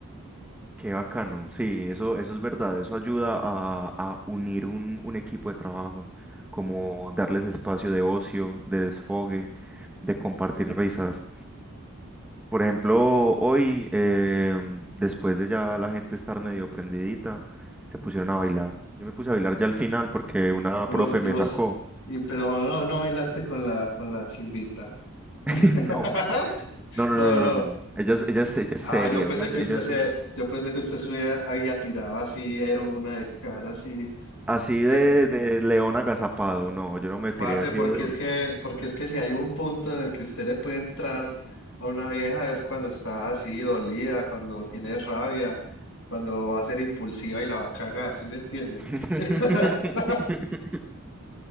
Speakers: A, in the centre; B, on the left.
A: qué bacano. Sí, eso, eso es verdad. Eso ayuda a, a unir un, un equipo de trabajo, como darles espacio de ocio, de desfogue, de compartir risas. Por ejemplo, hoy, em, después de ya la gente estar medio prendidita, se pusieron a bailar. Yo me puse a bailar ya al final porque
B: Y,
A: una
B: y
A: profe
B: vos, y
A: me
B: vos,
A: sacó.
B: y, pero no, no no bailaste con la, con la chimbita.
A: <laughs>
B: <laughs>
A: No, no, no,
B: No,
A: no, no,
B: no.
A: no. Ella es, ella es, ella es
B: Ah,
A: seria,
B: yo pensé
A: ella es,
B: que
A: ella
B: usted se,
A: es-
B: yo pensé que usted se hubiera- había tirado así de una de cara, así.
A: Así de,
B: eh,
A: de león agazapado, no, yo no me tiré
B: Parce,
A: así
B: porque
A: de duro.
B: es que, porque es que si hay un punto en el que usted le puede entrar a una vieja es cuando está así dolida, cuando tiene rabia, cuando va a ser impulsiva y la va a cagar, ¿sí me entiende?
A: <laughs>
B: <laughs>